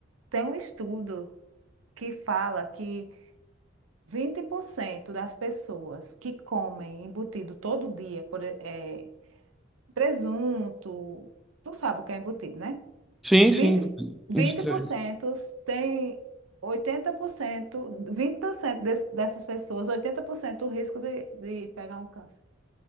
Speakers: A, on the right; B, in the centre.
A: Tem um estudo que fala que 20% das pessoas que comem embutido todo dia, por, e- eh, presunto, tu sabe o que é embutido, né?
B: Sim,
A: Vinte
B: sim,
A: vinte por
B: industrializado.
A: 20% tem 80%, 20% des- dessas pessoas, 80% o risco de, de pegar um câncer.